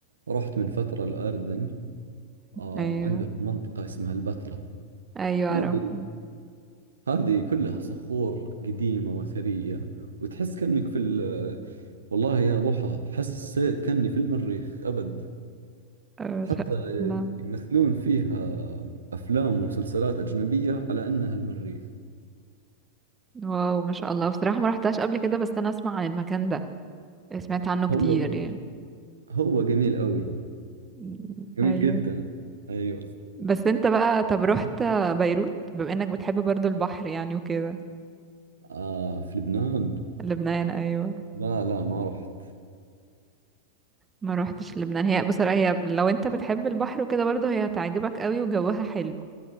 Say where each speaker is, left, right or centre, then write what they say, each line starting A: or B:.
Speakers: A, on the right (about 70°); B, on the right (about 15°).
A: رحت من فترة الأردن آه،
B: ايوه
A: عندهم منطقة اسمها البتراء
B: ايوه
A: هذه
B: اعرفها
A: هذه كلها صخور قديمة وأثرية وتحس كأنك في ال... والله يا ضحى حسيت كأني في المريخ أبد
B: آه،
A: حتى
B: شاء الله
A: يمثلون فيها أفلام ومسلسلات أجنبية على أنها المريخ
B: واو ما شاء الله بصراحة ما رحتهاش قبل كده بس انا اسمع عن المكان ده سمعت عنه كتير
A: هو
B: يعني
A: هو جميل أوي
B: م-
A: جميل
B: ايوه
A: جدا أيوه
B: بس انت بقى طب رحت بيروت بما انك بتحب برضو البحر يعني وكده
A: آه في لبنان
B: لبنان ايوه
A: لا لا ما رحت
B: ما روحتش لبنان هي بصراحة هي لو انت بتحب البحر وكده برضو هي هتعجبك قوي وجوها حلو